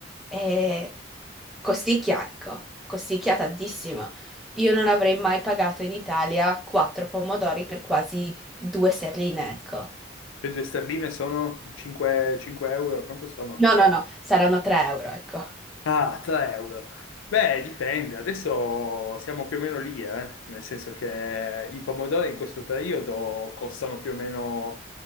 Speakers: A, in the centre; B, on the left.
A: E costicchia, ecco, costicchia tantissimo. Io non avrei mai pagato in Italia quattro pomodori per quasi due sterline, ecco.
B: due sterline sono 5, 5 euro, quanto sono?
A: No, no, no, saranno 3 euro, ecco.
B: Ah, 3 euro. Beh, dipende, adesso siamo più o meno lì, eh? Nel senso che i pomodori in questo periodo costano più o meno